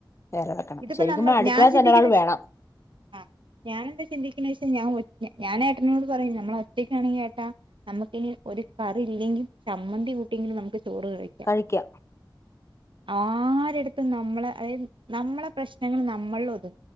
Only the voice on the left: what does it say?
വേറെ വെക്കണം
ശരിക്കും
അടുക്കളയിൽ
തന്നെ ഒരാൾ വേണം
കഴിക്കാൻ